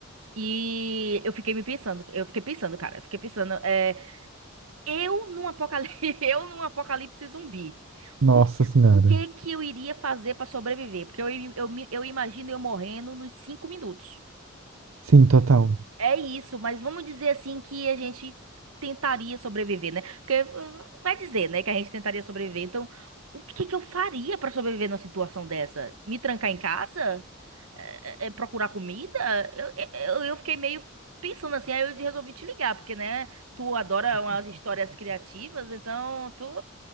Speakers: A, on the right (about 85°); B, on the right (about 75°).
A: e eu fiquei me pensando, eu fiquei pensando, cara, eu fiquei pensando, é, eu num apocalipse, <laughs> eu num apocalipse zumbi,
B: Nossa
A: o
B: Senhora.
A: que que eu iria fazer pra sobreviver? Porque eu, im- eu, me- eu imagino eu morrendo nos cinco minutos.
B: Sim, total.
A: É isso, mas vamos dizer assim que a gente tentaria sobreviver, né? Porque uh, vai dizer, né, que a gente tentaria sobreviver. Então, o que que eu faria pra sobreviver numa situação dessa? Me trancar em casa? É, é, é, procurar comida? Eu, é, é, eu, eu fiquei meio pensando assim, aí eu resolvi te ligar, porque, né, tu adora umas histórias criativas, então tu,